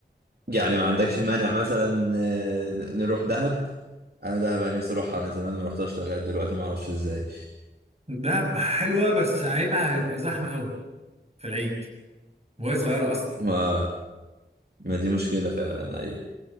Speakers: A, on the right (about 55°); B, on the right (about 35°).
A: يعني ما عندكش مانع مثلا آه، نروح دهب أنا دهب أنا نفسي أروحها من زمان وما رحتهاش لغاية دلوقتي ما أعرفش إزاي
B: دهب حلوة بس عيبها هيبقى زحمة قوي في العيد وهي صغيرة اصلا
A: ما ما دي مشكلة فعلا أيوة